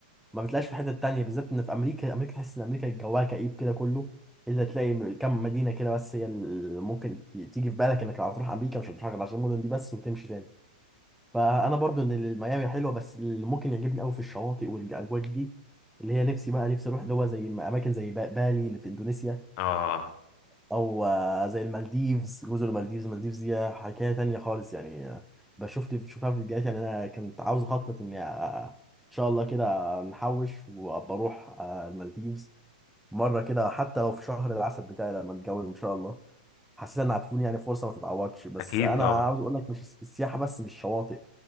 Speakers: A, in the centre; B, on the left (about 40°).
A: ما بتلاقيش في حتة تانية بالذات ان في امريكا امريكا تحس ان امريكا جواها كئيب كده كله الا تلاقي م- كم مدينة كده بس هي اللي ممكن تيجي في بالك انك لو هتروح امريكا مش هتروح غير عشان المدن دي بس وتمشي تاني فانا برضو ان ميامي حلوة بس اللي ممكن يعجبني قوي في الشواطئ والاجواء دي اللي هي نفسي بقى نفسي اروح اللي هو زي اماكن زي با- بالي اللي في اندونيسيا
B: أه
A: او آه، زي المالديفز جزر المالديفز المالديفز دي حكايه تانية خالص يعني آه، بشوف لي بشوفها في فيديوهات يعني انا كنت عاوز اخطط اني آه، ان شاء الله كده نحوش وابقى اروح آه، المالديفز مره كده حتى لو في شهر العسل بتاعي لما اتجوز ان شاء الله حسيت انها هتكون يعني فرصه ما تتعوضش بس
B: أكيد
A: انا
B: طبعا
A: عاوز اقول لك مش الس- السياحه بس مش شواطئ